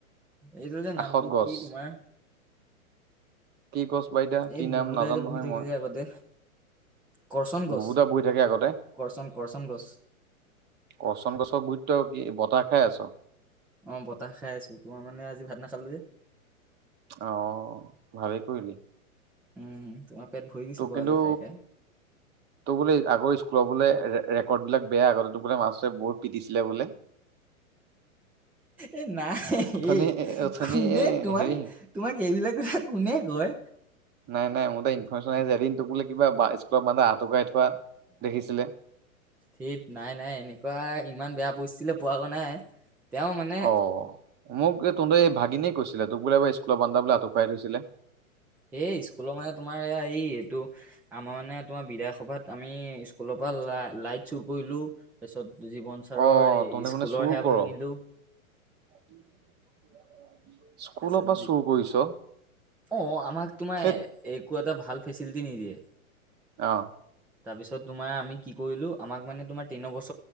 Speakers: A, in the centre; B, on the right.
A: এইডাল যে
B: কাষত
A: নামটো
B: গছ
A: কি তোমাৰ
B: কি গছ বা এতিয়া
A: এই
B: কি নাম
A: ববুদাই
B: নাজানো
A: যে
B: নহয়
A: বহি থাকি
B: মই
A: যে আগতে। কৰচন গছ,
B: বুবুতা বহি থাকে আগতে
A: কৰচন কৰচন গছ।
B: কৰচন গছৰ গুৰিত তই কি বতাহ খাই আছ?
A: অ' বতাহ খাই আছোঁ, তোমাৰ মানে আজি ভাত নাখালোঁ যে।
B: অ' ভালেই কৰিলি।
A: উম। তোমাৰ পেট ভৰি গৈছে
B: ত'
A: বাৰু
B: কিন্তু
A: আজি খাই খাই
B: তোৰ বোলে আগৰ স্কুলৰ বোলে ৰে-ৰেকৰ্ডবিলাক বেয়া, আগতে তোক বোলে মাষ্টৰে বহুত পিটিছিলে বোলে।
A: এ নাই
B: অথনি
A: এই
B: অথনি
A: কোনে
B: এই
A: তোমাক
B: হেৰি
A: তোমাক এইবিলাক কথা কোনে কয়?
B: নাই নাই মোৰ এটা ইনফৰৰ্মেশ্যন আহি যাই এদিন টোক বোলে কিবা বা স্কুলৰ বানে আঁতুকাই থোৱা দেখিছিলে।
A: ঠিক নাই নাই এনেকুৱা ইমান বেয়া পৰিস্থিতিলৈ পোৱা নাই। তেওঁ মানে
B: অ মোক তু এই ভাগিননেীয়ে কৈছিলে তোক বোলে এবাৰ স্কুলৰ বানা বোলে হঁত খুৱাই থৈছিলে।
A: এই স্কুলৰ মানে তোমাৰ এয়া এই এইটো। আমাৰ মানে তোমাৰ বিধায় সভাত আমি স্কুলৰ পৰা ল লাইট চুৰ কৰিলো। তাৰপিছত জীৱন চাৰৰ
B: অ তহঁতে
A: স্কুলৰ
B: মানে চুৰ
A: সেয়া
B: কৰ
A: ভাঙিলো।
B: <unintelligible> স্কুলৰ
A: তাৰপিছত
B: পৰা
A: যি
B: চুৰ কৰিছ
A: অঁ, আমাক তোমাৰ
B: থেত
A: এক। একো এটা ভাল ফেচিলিটি নিদিয়ে
B: অ
A: তাৰপিছত তোমাৰ আমি কি কৰিলো। আমাক মানে তোমাৰ তিনি বছ